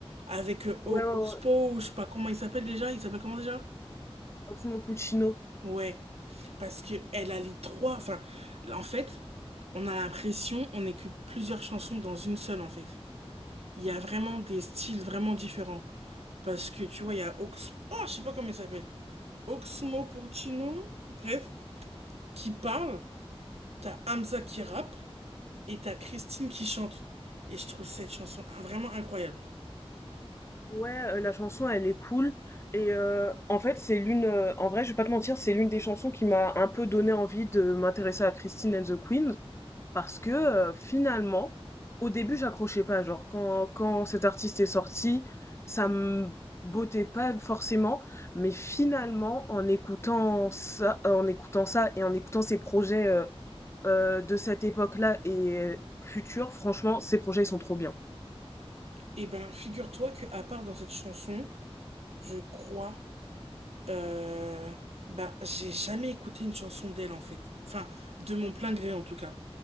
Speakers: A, on the right; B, on the left.
A: Avec euh,
B: ouais
A: O-
B: ouais,
A: Oxpo,
B: ouais.
A: ou je sais pas comment il s'appelle déjà. Il s'appelle comment déjà?
B: Oxmo Puccino.
A: Ouais, parce que elle a les trois. Enfin, en fait, on a l'impression on écoute plusieurs chansons dans une seule, en fait. Il y a vraiment des styles vraiment différents. Parce que tu vois, il y a Ox... Oh, je sais pas comment il s'appelle. Oxmo Puccino, bref, qui parle. T'as Hamza qui rappe et t'as Christine qui chante. Et je trouve cette chanson vraiment incroyable.
B: Ouais, euh, la chanson, elle est cool. Et euh, en fait, c'est l'une, euh, en vrai, je vais pas te mentir, c'est l'une des chansons qui m'a un peu donné envie de m'intéresser à Christine and the Queen. Parce que euh, finalement, au début, j'accrochais pas. Genre, quand, quand cet artiste est sorti, ça me bottait pas forcément. Mais finalement, en écoutant ça, euh, en écoutant ça et en écoutant ses projets euh, heu, de cette époque-là et future, franchement, ces projets, ils sont trop bien.
A: Et ben, figure-toi que à part dans cette chanson, je crois, euh, bah, j'ai jamais écouté une chanson d'elle en fait. Enfin, de mon plein gré en tout cas.